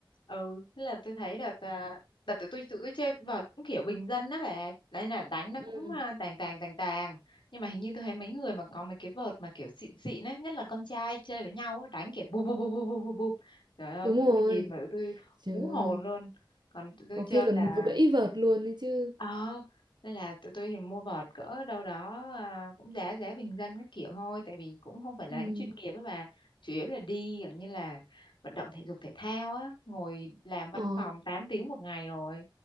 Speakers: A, on the left; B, on the right.
A: ừ thế là tôi thấy đợt à, đợt tụi tôi tụi tôi chơi vợt cũng kiểu bình dân đó bà đấy là đánh nó
B: ừ,
A: cũng à, tàng tàng tàng tàng nhưng mà hình như tôi thấy mấy người mà có mấy cái vợt mà kiểu xịn xịn ấy nhất là con trai chơi với nhau á, đánh kiểu bụp bụp bụp bụp bụp bụp bụp. trời ơi
B: đúng
A: tụi
B: rồi
A: tôi nhìn mà tụi tôi
B: trời
A: hú hồn
B: ơi
A: luôn còn tụi tôi
B: có
A: chơi
B: khi còn
A: là
B: gãy vợt luôn đấy chứ
A: ờ nên là tụi tôi thì mua vợt cỡ đâu đó à, cũng giá giá bình dân các kiểu thôi tại vì cũng không phải là
B: ừ
A: đánh chuyên nghiệp ấy bà chủ yếu là đi kiểu như là vận động thể dục thể thao á ngồi làm văn
B: ờ
A: phòng 8 tiếng một ngày rồi